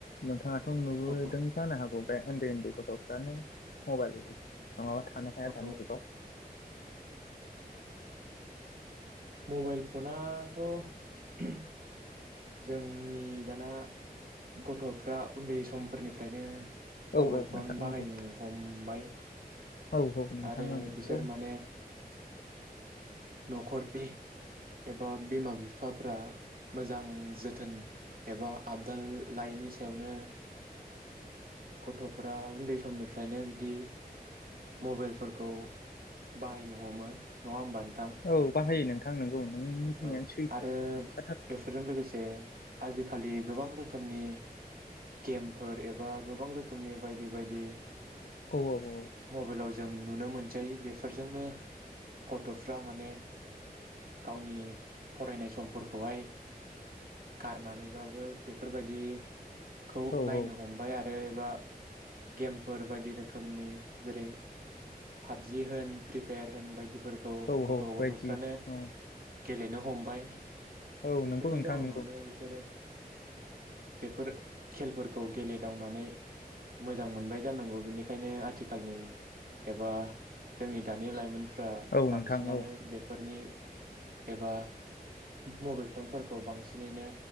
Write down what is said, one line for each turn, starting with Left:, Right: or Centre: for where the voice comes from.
Left: नोंथाङा? थ' नुबोदों
Right: औ
Left: जानो हागौ बे उन्दै उन्दै गथ' फ्रनो मबाइल नङाबा थानो हाया दानि
Right: औ
Left: जुगाव।
Right: मबाइल फनाथ' <inaudible> जोंनि दाना गथ'फ्रा उन्दै समफोरनिफ्रायनो
Left: औ
Right: मबाइल
Left: औ
Right: फन
Left: नोंथां
Right: बाहायनो
Left: नंगौ
Right: हमबाय।
Left: औ औ नोंथाङा
Right: आरो
Left: नंगौ।
Right: बिसोर माने न'खरनि एबा बिमा बिफाफ्रा मोजां जोथोन एबा आबदाल लायैनि सायावनो गथ'फोरा उन्दै समनिफ्रायनो बिदि मबाइलफोरखौ बाहायनो हमो नङा होमबा नों
Left: औ बाहायो नों नोंथां नोंगौ। नों बुंनायानो
Right: औ
Left: सैथो
Right: आरो
Left: नोंखाथारगौ।
Right: बेफोरजों लोगोसे आजिखालि गोबां रोखोमनि गेमफोर एबा गोबां रोखोमनि बायदि बायदि
Left: औ औ
Right: मबाइलाव जों नुनो मोनो। बेफोरजोंनो गथ'फ्रा माने गावनि फरायनाय समफोरखौहाय गारनानैबाबो बेफोरबायदि खौ
Left: औ
Right: नायनो हमबाय आरो एबा गेमफोर बायदि रोखोमनि जेरै पाबजि होन फ्रिफायार होन बायदि फोरखौ
Left: औ
Right: गथ'
Left: औ बायदि
Right: गथ'फ्रानो
Left: औ
Right: गेलेनो हमबाय
Left: औ
Right: बेफोरनि
Left: नंगौ नोंथां
Right: जाउनावनो
Left: नंगौ
Right: बिसोरो बेफोर खेलफोरखौ गेलेदावनानै मोजां मोनबाय जानांगौ बेनिखायनो आथिखालनि एबा जोंनि दानि लाइमोन फ्रा
Left: औ नोंथां
Right: बांसिनानो
Left: औ
Right: बेफोरनि एबा मबाइल फनफोरखौ बांसिनैनो